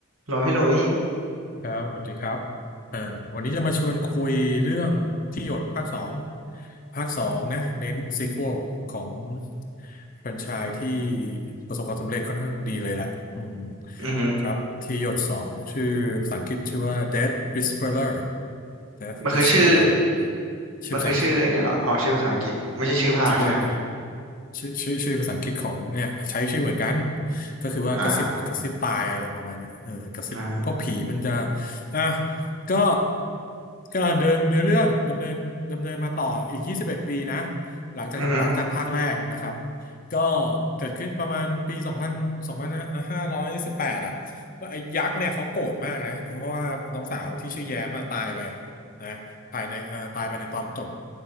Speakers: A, on the right; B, on the left.
A: โหลพี่หลุย
B: ครับสวัสดีครับอ่าวันนี้จะมาชวนคุยเรื่องที่หยดภาคสองภาคสองนะเน้นซีควอลของแฟรนไชส์ที่ประสบความสำเร็จค่อนข้างดีเลยแหละอืม
A: อือหือ
B: ครับที่หยดสองชื่อภาษาอังกฤษชื่อว่า Death Whisperer Death
A: มันคือชื่อ
B: Whisperer ชื่อภาษาอังกฤษ
A: มันคือชื่อไอ้นี่เหรออ๋อชื่อภาษาอังกฤษไม่ใช่ชื่อภาคใช่ไหม
B: ที่หยดนะ ชื่อชื่อชื่อภาษาอังกฤษของเนี่ยใช้ชื่อเหมือนกันก็คือว่ากระซิบกระซิบตายอะไรประมาณเนี้ยเออกระซิบเพราะผีมันจะ
A: อ่าอ่า
B: อ่ะก็ก็เดินเนื้อเรื่องดำเนินดำเนินมาต่ออีก21ปีนะหลังจากหลังจากภาคแรกนะครับ
A: อือหือ
B: ก็เกิดขึ้นประมาณปี2ันสองพันห้5 1 8อยสิบแปดอ่ะว่าไอ้ยักษ์เนี่ยเขาโกรธมากนะเพราะว่าน้องสาวที่ชื่อแย้มมาตายไปนะ ภายในเอ่อตายไปในตอนจบ